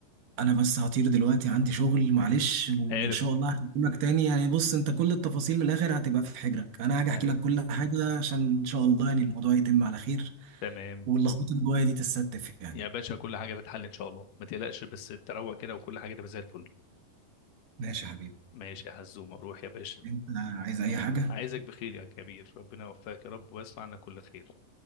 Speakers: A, on the right (about 75°); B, on the left (about 75°).
A: انا بس هطير دلوقتي عندي شغل معلش وان
B: عارف
A: شاء الله هكلمك تاني يعني بص انت كل التفاصيل من الاخر هتبقى في حجرك انا هاجي
B: آه.
A: احكي لك كل حاجه عشان ان شاء الله يعني الموضوع يتم على خير
B: تمام
A: واللخبطه اللي جوايا دي تتستف يعني
B: يا باشا كل حاجة بتحل إن شاء الله ما تقلقش بس أنت روق كده وكل حاجة تبقى زي الفل
A: ماشي يا حبيبي
B: ماشي يا حزومة روح يا باشا
A: انت عايز اي حاجه
B: عايزك بخير يا كبير ربنا يوفقك يا رب ويصنع عنا كل خير